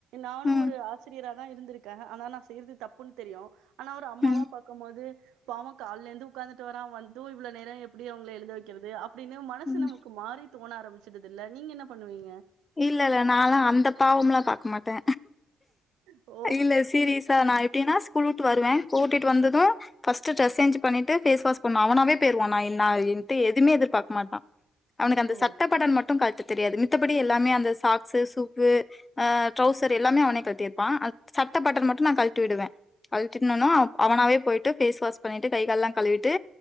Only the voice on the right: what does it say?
நானு
ஒரு ஆசிரியரா நா இருந்திருக்கே ஆனா நா செய்யுறது தப்புன்னு தெரியு ஆனா ஒரு அம்மாவா
பாக்கும் போது பாவோ கால்ல இருந்து உக்காந்துட்டு வாரா வந்தூ இவ்ள நேரே எப் எப்டி அவுங்ள எழுத வக்குறது அப்டின்னு மனசு
நமக்கு மாறி தோண ஆரம்பிச்சுடுதுல்ல நீங்க என்ன பண்ணுவீங்க
ஓ
ஓ